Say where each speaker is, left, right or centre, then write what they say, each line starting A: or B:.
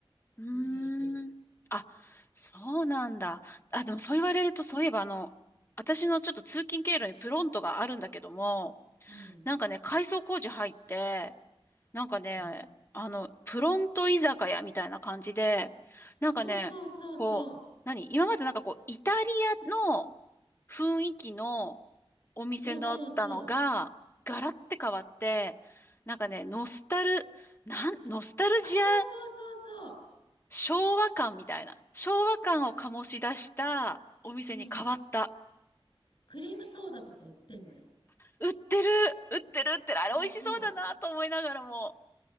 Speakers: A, on the left; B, on the left.
A: うーん。
B: 運営してる。
A: あ、そうなんだ。あ、でもそう言われると、そういえばあの、私のちょっと通勤経路にプロントがあるんだけども、
B: うん。
A: なんかね、改装工事入って、なんかね、
B: へえ。
A: あの、プロント居酒屋みたいな感じで、なんかね、
B: そうそうそうそう。
A: こう、何今までなんかこう、イタリアの雰囲気のお店だったのが、
B: そうそうそう。
A: ガラッて変わって、なんかね、ノスタル、なん、ノスタルジア、
B: あ、そうそうそうそう。
A: 昭和感みたいな、昭和感を醸し出したお店に変わった。
B: うん。クリームソーダとか売ってんのよ。
A: 売ってる、売ってる、売ってる、
B: そうそう。
A: あれ美味しそうだなと思いながらも。